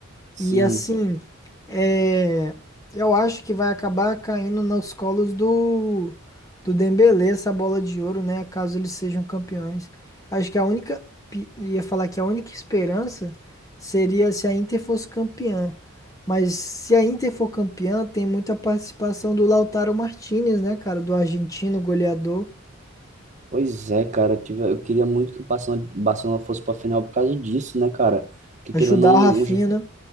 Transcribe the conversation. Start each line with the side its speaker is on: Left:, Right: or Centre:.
Right: Sim.
Left: E assim, é, eu acho que vai acabar caindo nos colos do, do Dembélé essa bola de ouro, né? Caso eles sejam campeões. Acho que a única, pi- ia falar que a única esperança seria se a Inter fosse campeã. Mas se a Inter for campeã, tem muita participação do Lautaro Martinez, né, cara? Do argentino goleador.
Right: Pois é, cara. Eu, tive- eu queria muito que o Barcelona, Barcelona fosse pra final por causa disso, né, cara? Porque
Left: Ajudar
Right: querendo ou
Left: o
Right: não,
Left: Rafinha, né?